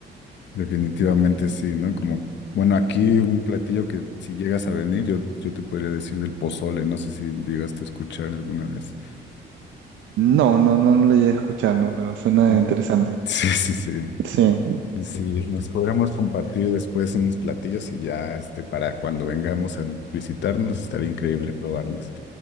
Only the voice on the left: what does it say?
definitivamente sí, ¿no? Como, bueno, aquí un platillo que si llegas a venir, yo, yo te podría decir del pozole. No sé si llegaste a escuchar alguna vez.
No.
<laughs> Sí, sí, sí.
Sí, nos podremos compartir después unos platillos y ya este, para cuando vengamos a visitarnos estaría increíble probarlos.